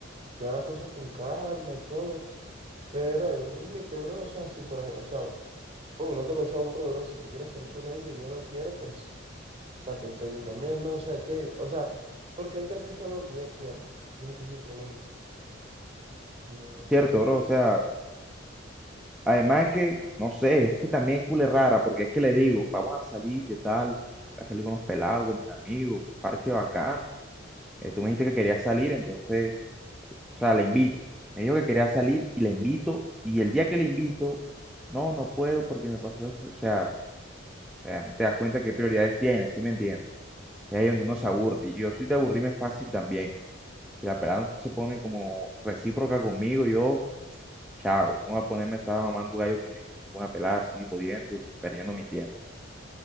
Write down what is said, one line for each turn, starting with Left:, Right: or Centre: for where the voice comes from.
Right: llevar las cosas con calma y todo. Pero hay un límite, bro. O sea, si por ejemplo, o sea, oh, uno también se aburre, bro. Si tú quieres salir con ella y ella no quiere, pues, o sea, que pelle también, ¿no? O sea, que, o sea, porque hay que hacer solo lo que ella quiera. Mi, mi pregunta. No,
Centre: Cierto, bro, o sea, Además que, no sé, es que también es cule rara, porque es que le digo, vamos a salir, ¿qué tal? Voy a salir con unos pelados, con mis amigos, un parche bacano. Eh, tú me dijiste que querías salir, entonces, o sea, la invito. Me dijo que quería salir y la invito, y el día que la invito, no, no puedo porque me pasó esto. O sea, o sea, no te das cuenta qué prioridades tienes, ¿sí me entiendes? Y ahí es
Right: mm,
Centre: donde uno se aburre. Y yo soy de aburrirme fácil también. Si la pelada no se pone como recíproca conmigo, yo Chao, no voy a ponerme a estar mamando gallo con ninguna pelada así, jodiendo y perdiendo mi tiempo.